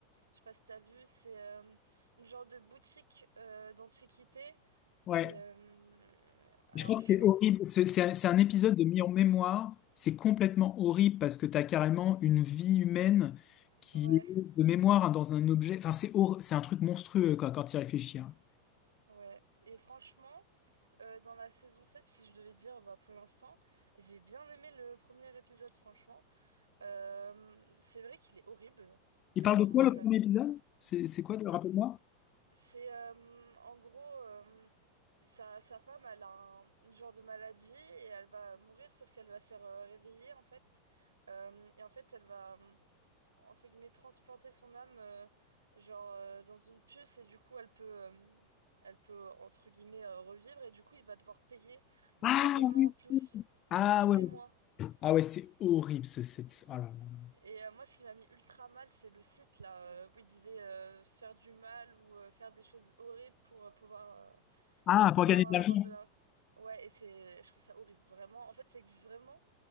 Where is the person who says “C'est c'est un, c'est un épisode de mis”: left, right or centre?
Left